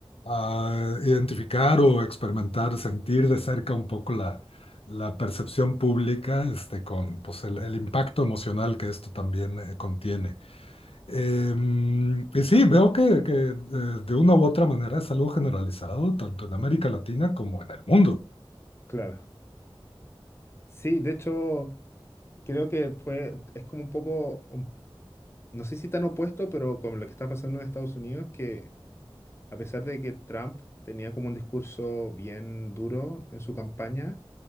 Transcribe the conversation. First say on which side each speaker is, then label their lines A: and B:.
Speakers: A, on the left; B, on the left.
A: ah, identificar o experimentar, sentir de cerca un poco la la percepción pública, este, con pues, el, el impacto emocional que esto también eh, contiene. Em, y sí, veo que, que, eh, de una u otra manera es algo generalizado, tanto en América Latina como en el mundo.
B: claro. Sí, de hecho, creo que fue, es como un poco, un- no sé si tan opuesto, pero como lo que está pasando en Estados Unidos, que a pesar de que Trump tenía como un discurso bien duro en su campaña,